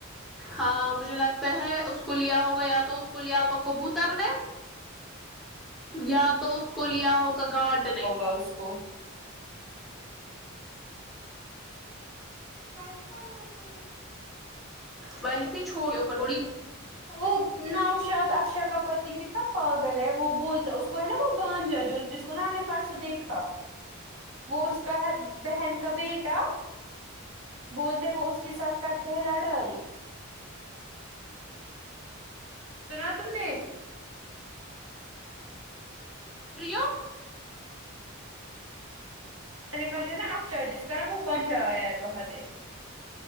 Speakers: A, in the centre; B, on the right.
A: ہاں مجھے لگتا ہے اس کو لیا ہوگا یا تو اس کو لیا ہوگا کبوت تر نے یا تو اس کو لیا ہوگا گھٹ نے
B: ا اسکوہ <unintelligible>
A: ویسے ہی چھوڑ <unintelligible> ہو پٹوڑی
B: وہ نوشاد افشاء کاا پتی کتنا پاگل ہے وہ بولتا اس کو ہے نا وہ بانجا جو جس کو نا ہم نے پرسو دیکھا وہ اس کا ہے بہن کا بیٹا بولتے وہ اس کے ساتھ کرتے ہیں لڑائی سنا تم نے
A: فری ہو
B: مجھ ہے نا افشا جس کا نا وہ بن جایا ہے باہر سے